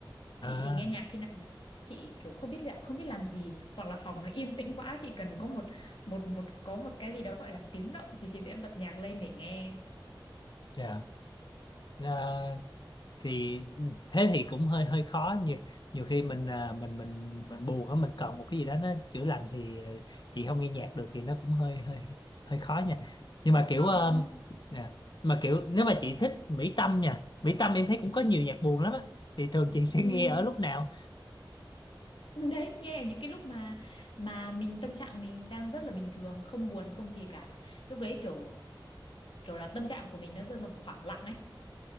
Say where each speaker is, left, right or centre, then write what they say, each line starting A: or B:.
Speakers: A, on the left; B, on the left.
A: chị
B: à,
A: chỉ nghe nhạc khi nào là chị kiểu không biết là không biết làm gì hoặc là phòng nó yên tĩnh quá chị cần có một một một có một cái gì đó gọi là tiếng động thì chị sẽ bật nhạc lên để nghe
B: dạ. À, thì ừ, thế thì cũng hơi hơi khó nhiều nhiều khi mình à, mình mình mình buồn á mình cần một cái gì đó nó chữa lành thì ờ, chị không nghe nhạc được thì nó cũng hơi hơi hơi khó nha nhưng mà kiểu
A: Có
B: ờ,
A: đúng không?
B: nè, mà kiểu nếu mà chị thích Mỹ Tâm nha Mỹ Tâm em thấy cũng có nhiều nhạc buồn lắm á thì thường chị sẽ
A: Ừ,
B: nghe ở lúc nào
A: đấy nghe những cái lúc mà mà mình tâm trạng mình đang rất là bình thường không buồn không gì cả lúc đấy kiểu kiểu là tâm trạng của mình nó rơi vào một khoảng lặng ấy